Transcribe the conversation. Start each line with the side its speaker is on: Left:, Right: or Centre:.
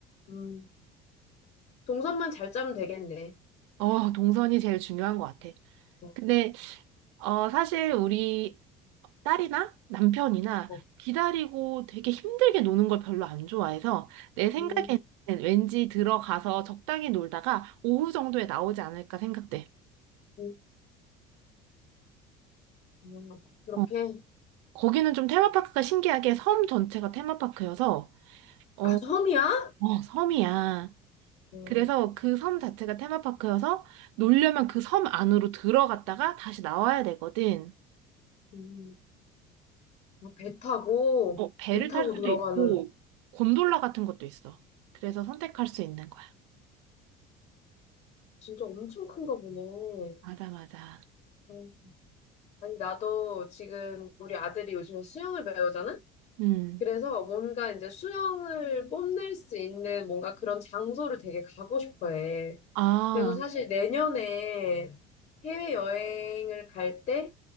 Left: 음, 동선만 잘 짜면 되겠네.
Right: 어, 동선이 제일 중요한 것 같아.
Left: 어,
Right: 근데 어, 사실 우리 딸이나 남편이나
Left: 어,
Right: 기다리고 되게 힘들게 노는 걸 별로 안 좋아해서 내 생각에는
Left: 음,
Right: 왠지 들어가서 적당히 놀다가 오후 정도에 나오지 않을까 생각돼.
Left: 음, 음, 그렇게
Right: 어. 거기는 좀 테마파크가 신기하게 섬 전체가 테마파크여서, 어,
Left: 아 섬이야?
Right: 어, 섬이야. 응.
Left: 음,
Right: 그래서 그 섬 자체가 테마파크여서 놀려면 그 섬 안으로 들어갔다가 다시 나와야 되거든.
Left: 음. 아, 배 타고
Right: 어 배를
Left: 배 타고
Right: 탈 수도
Left: 들어가는
Right: 있고, 곤돌라 같은 것도 있어. 그래서 선택할 수 있는 거야.
Left: 진짜 엄청 큰가 보네.
Right: 맞아, 맞아.
Left: 어, 아니 나도 지금 우리 아들이 요즘에 수영을 배우잖아.
Right: 음.
Left: 그래서 뭔가 이제 수영을 뽐낼 수 있는 뭔가 그런 장소를 되게 가고 싶어 해.
Right: 아,
Left: 그래서 사실 내년에 해외여행을 갈 때,